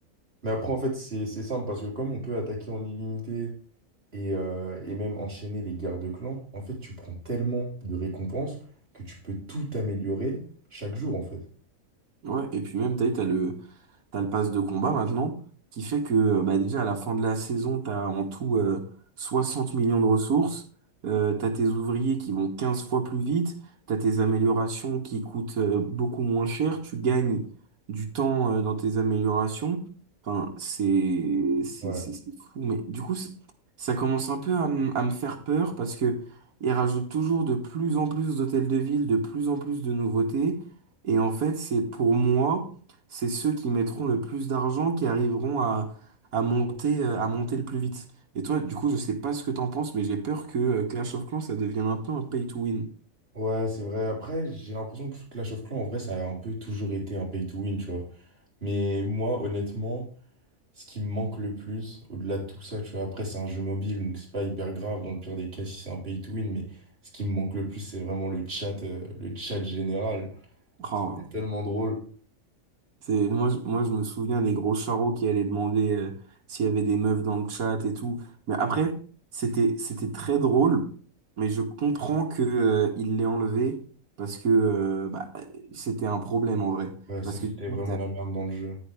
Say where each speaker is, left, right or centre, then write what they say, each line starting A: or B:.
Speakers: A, on the right; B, on the right.
A: Mais après, en fait, c'est c'est simple parce que comme on peut attaquer en illimité et, euh, et même enchaîner les guerres de clans, en fait, tu prends tellement de récompenses que tu peux tout améliorer chaque jour, en fait.
B: Ouais, et puis même, t'as vu, t'as le, T'as le pass de combat maintenant, qui fait que euh, bah, déjà à la fin de la saison, t'as en tout euh, 60 millions de ressources, euh, t'as tes ouvriers qui vont 15 fois plus vite, t'as tes améliorations qui coûtent euh, beaucoup moins cher, tu gagnes du temps euh, dans tes améliorations. Enfin, c'est c'est
A: Ouais,
B: c'est c'est fou, mais du coup, c'est- ça commence un peu à, m- à me faire peur parce que ils rajoutent toujours de plus en plus d'hôtels de ville, de plus en plus de nouveautés, et en fait, c'est pour moi c'est ceux qui mettront le plus d'argent qui arriveront à, à monter, euh, à monter le plus vite. Et toi, du coup, je sais pas ce que t'en penses, mais j'ai peur que euh, Clash of Clans, ça devienne un peu un pay to win.
A: ouais, c'est vrai. Après, j'ai l'impression que Clash of Clans, en vrai, ça a un peu toujours été un pay to win, tu vois. Mais moi, honnêtement, ce qui me manque le plus, au-delà de tout ça, tu vois, après, c'est un jeu mobile, donc c'est pas hyper grave dans le pire des cas si c'est un pay to win, mais ce qui me manque le plus, c'est vraiment le chat, euh, le chat général.
B: Oh,
A: C'était tellement drôle.
B: c'est, moi, je- moi, je me souviens des gros charros qui allaient demander euh, s'il y avait des meufs dans le chat et tout. Mais après, c'était, c'était très drôle, mais je comprends que, euh, il l'ait enlevé parce que euh, bah, c'était un problème en vrai.
A: Ouais,
B: Parce
A: ça foutait
B: que du coup,
A: vraiment la merde dans le jeu.